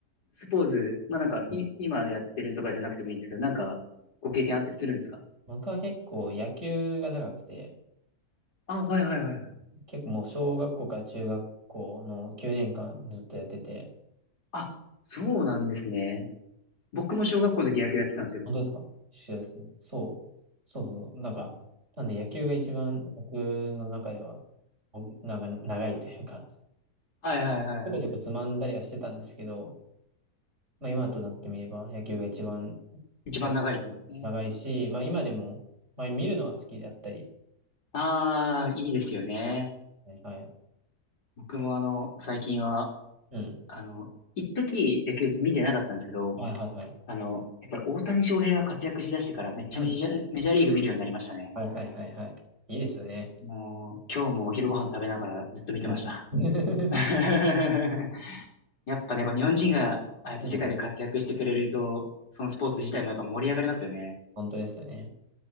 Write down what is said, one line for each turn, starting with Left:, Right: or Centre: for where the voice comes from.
Left: スポーツ、まあなんか、
Right: うん
Left: い、今やってるとかじゃなくてもいいんですけど、なんか、ご経験あったりするんですか
Right: 僕は結構野球が長くて、
Left: あ、はいはいはいはい。
Right: 結構もう小学校から中学校の9年間ずっとやってて、
Left: あ、そうなんですね。僕も小学校の時野球やってたんですよ。
Right: 本当ですか一緒ですね。そう。そうそう。なんか、
Left: こう
Right: なんで野球が一番僕の中では、おなんか長いというか、
Left: はいはいはい。
Right: ちょこちょこつまんだりはしてたんですけど、
Left: はいはい
Right: まあ、今となってみれば野球が一番
Left: 一番長いですね。
Right: や長いし、まあ、今でも、まあ、見るのは好きだったり。
Left: ああ、いいですよね。
Right: あはいはい。
Left: 僕もあの、最近は
Right: うん。
Left: あの、一時野球見てなかったんですけど、
Right: はいはいはい。
Left: あの、やっぱり大谷翔平が活躍しだしてからめっちゃメジャー、
Right: うん。
Left: メジャーリーグ見るようになりましたね。
Right: はいはいはいはい。いいですよね。
Left: もう、今日もお昼ご飯食べながらずっと見てました。
Right: うん <laughs>
Left: <laughs> やっぱね、こう日本人がああやって世界で活躍してくれると、
Right: うんうん
Left: そのスポーツ自体もやっぱ盛り上がりますよね。
Right: 本当ですよね。